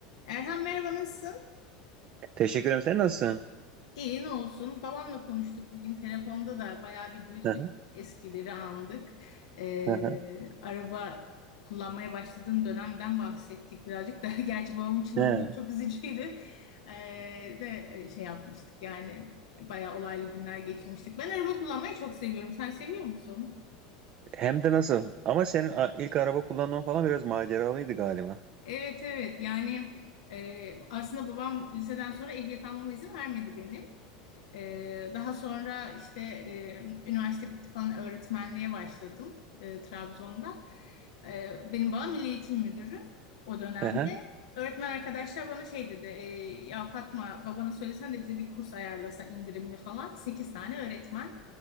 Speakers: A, on the left; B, on the right.
A: Erhan merhaba nasılsın?
B: Teşekkür ederim. Sen nasılsın?
A: İyi ne olsun. Babamla konuştuk bugün telefonda da bayağı bir güldük.
B: Hı hı,
A: Eskileri andık. Ee,
B: hı hı.
A: araba kullanmaya başladığım dönemden bahsettik birazcık da. <laughs> Gerçi babam için
B: He,
A: o dönem çok üzücüydü. Ee, de e, şey yapmıştık yani bayağı olaylı günler geçirmiştik. Ben araba kullanmayı çok seviyorum. Sen seviyor musun?
B: Hem de nasıl? Ama senin a- ilk araba kullanman falan biraz maceralıydı galiba.
A: Evet evet yani e, aslında babam liseden sonra ehliyet almama izin vermedi benim. Ee, daha sonra işte e, üniversite bitti falan öğretmenliğe başladım e, Trabzon'da. Ee, benim babam Milli Eğitim Müdürü o dönemde.
B: Hı hı,
A: Öğretmen arkadaşlar bana şey dedi, e, ya Fatma babana söylesen de bize bir kurs ayarlasa indirimli falan. 8 tane öğretmen.